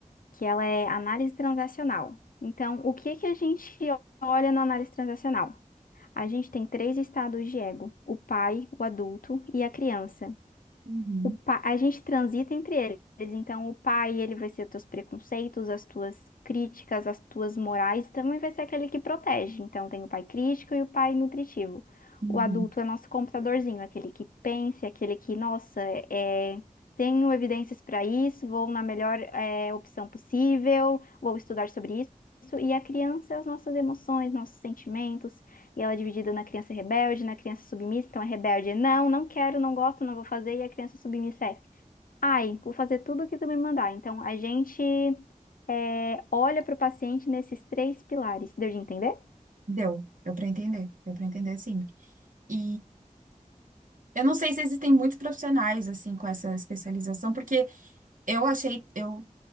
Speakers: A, on the left; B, on the right.
A: Que ela é análise transacional. Então, o que que a gente olha na análise transacional? A gente tem três estados de ego: o pai, o adulto e a criança.
B: Uhum,
A: o pa- a gente transita entre eles. Então, o pai, ele vai ser teus preconceitos, as tuas críticas, as tuas morais, também vai ser aquele que protege. Então, tem o pai crítico e o pai nutritivo.
B: uhum.
A: O adulto é nosso computadorzinho, aquele que pensa, aquele que, nossa, é, tenho evidências para isso, vou na melhor, é, opção possível, vou estudar sobre isso. E a criança, as nossas emoções, nossos sentimentos. E ela é dividida na criança rebelde, na criança submissa. Então a rebelde é não, não quero, não gosto, não vou fazer. E a criança submissa é ai, vou fazer tudo o que tu me mandar. Então a gente é, olha para o paciente nesses três pilares. Deu de entender?
B: Deu, deu para entender, deu para entender sim. E eu não sei se existem muitos profissionais assim com essa especialização, porque eu achei, eu